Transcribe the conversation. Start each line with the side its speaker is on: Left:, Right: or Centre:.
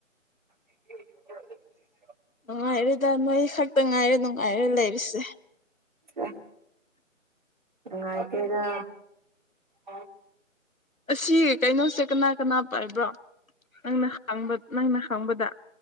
Right: <inaudible>
Left: ꯅꯨꯡꯉꯥꯏꯔ‌ꯦꯗ ꯅꯣꯏ ꯈꯛꯇ ꯉꯥꯏꯔꯦ ꯅꯨꯡꯉꯥꯏꯔ ꯂꯩꯔꯤꯁꯦ
Right: ꯑꯦ ꯅꯨꯡꯉꯥꯏꯇꯦꯗ ꯑ <inaudible>
Left: ꯑꯁꯤ ꯀꯩꯅꯣꯁꯦ ꯀꯅꯥ ꯀꯅꯥ ꯄꯥꯏꯕ꯭ꯔꯣ ꯅꯪꯅ ꯍꯪꯕ ꯅꯪꯅ ꯍꯪꯕꯗ